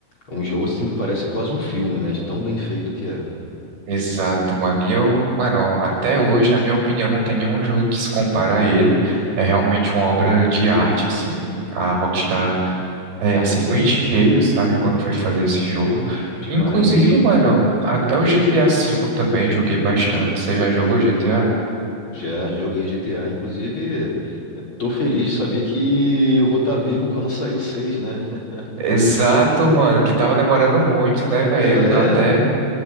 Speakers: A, on the left (about 30°); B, on the right (about 80°).
A: É um jogo, assim, que parece quase um filme, né? De tão bem feito que é.
B: Exato, mano. E eu, mano, até hoje, na minha opinião, não tem nenhum jogo que se compara a ele. É realmente uma obra de arte, assim. A Rockstar é, acertou em cheio, sabe, quando foi fazer esse jogo.
A: Demais.
B: Inclusive, mano, até o GTA V também joguei bastante. Você já jogou GTA?
A: Já, já joguei GTA. Inclusive, eu tô feliz de saber que eu vou estar vivo quando sair o 6, né? <laughs>
B: Exato, mano, que tava demorando muito, né, velho?
A: É.
B: Eu até